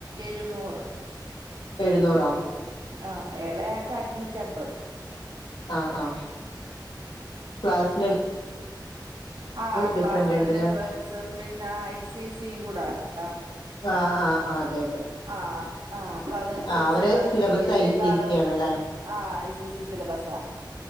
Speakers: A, on the right; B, on the left.
A: ഇരുന്നൂറ്
B: എഴുന്നൂറാ?
A: ആഹ്! ഇളയാക്കെ അഞ്ഞൂറ്റ അമ്പത്..
B: ആ ആഹ് പാസ്.
A: ആ
B: ഡിഫറന്റ്
A: ക്ലാസിന്റെ
B: ഉണ്ടല്ലേ
A: ഡിഫറൻസും പിന്ന ഐ സി എ സി ബുടാ താ!
B: ആ ആഹ് ആ് അതെ അതെ!
A: ആഹ് ആഹ് അപ്പൊ അതനുസരിച്ചും
B: ആഹ് അവരെ
A: കൂടാ
B: syllabus
A: C B A C
B: I
A: യെക്കാളും
B: S ഇ ആണല്ലേ
A: ആ ഐ സി എസി സിലബസ് ആപ